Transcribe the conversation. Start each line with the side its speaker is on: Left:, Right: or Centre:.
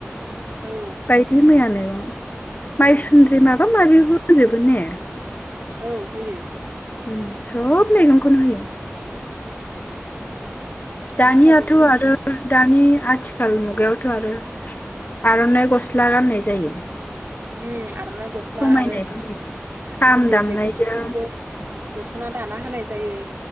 Right: औ
Left: बायदि मैया मेगं <unintelligible> माइसुन्द्रि
Right: ओं
Left: माबा माबि होजोबो ने
Right: औ होयो
Left: ओ सब मैगंखौनो होयो
Right: <inaudible>
Left: दानियाथ'
Right: बैसागु
Left: आरो दानि आथिखाल मुगायावथ' आरो आर'नाइ गस्ला गाननायजों जायो।
Right: उम आरनाय गस्ला
Left: समायनायबो
Right: आरो उन्दै
Left: नुयो खाम दामनायजों
Right: उन्दै गथ'फोरनोबो दखना दाना होनाय जायो।